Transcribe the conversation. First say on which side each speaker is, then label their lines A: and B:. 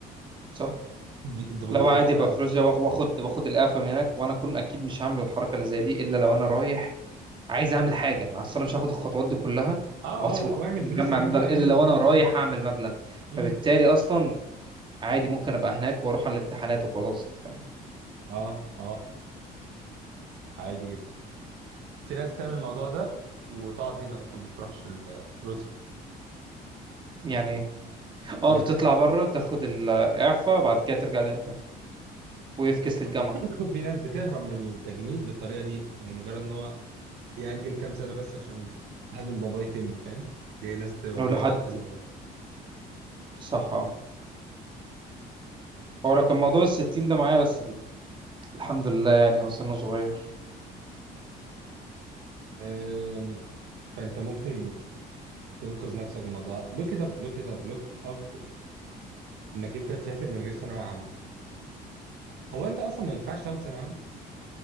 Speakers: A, on the right; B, on the right.
A: صح
B: دي انت ممكن
A: لو
B: تعمل
A: عادي
B: كده فعلا
A: ابقى في روسيا واخ- واخد واخد القافه من هناك وانا اكون اكيد مش هعمل الحركه اللي زي دي الا لو انا رايح عايز اعمل حاجه مع أصل انا مش هاخد الخطوات دي كلها
B: اه
A: واصفى
B: اه لا واعمل
A: مجمع
B: فلوس هناك
A: مبلغ
B: بقى
A: الا
B: اعمل
A: لو
B: فلوس
A: انا رايح
B: هناك و...
A: اعمل مبلغ
B: مم.
A: فبالتالي اصلا عادي ممكن ابقى هناك واروح على الامتحانات وخلاص ف...
B: اه اه عادي جدا في ناس تعمل الموضوع ده وتقعد هنا اصلا ما تروحش ال- روسيا
A: يعني إيه؟ اه
B: يعني انت
A: بتطلع بره تاخد الاعفاء بعد كده ترجع تاني عادي ويفكس للجامعه
B: <laughs> في ناس بتهرب من التجنيد بالطريقه دي يعني مجرد ان هو يأجل كام سنة بس عشان حد من بابا يتم فاهم دي ناس بتبقى
A: او
B: بابا
A: لحد
B: تم قريب
A: صح اه هو لو كان موضوع الستين ده معايا بس ال- الحمد لله يعني هو سنه صغير
B: أم، فأنت ممكن تنقذ نفسك من الموضوع لوك إت أب لوك إت أب لوك أب إنك أنت تسافر من غير ثانوية عامة هو أنت أصلا ما ينفعش تاخد ثانوية عامة